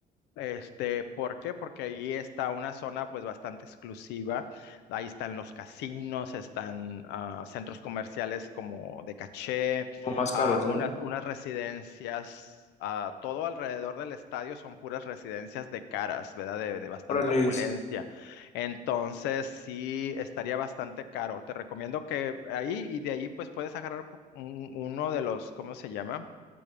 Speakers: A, on the left (about 85°); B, on the left (about 40°).
A: Este, ¿por qué? Porque ahí está una zona pues bastante exclusiva. Ahí están los casinos, están ah, centros comerciales como de caché,
B: Como más caros,
A: ah, unas,
B: ¿no?
A: unas residencias, ah, todo alrededor del estadio son puras residencias de caras, ¿verdad? De, de bastante
B: Órales.
A: opulencia. Entonces sí estaría bastante caro. Te recomiendo que ahí y de ahí pues puedes agarrar un- uno de los, ¿cómo se llama?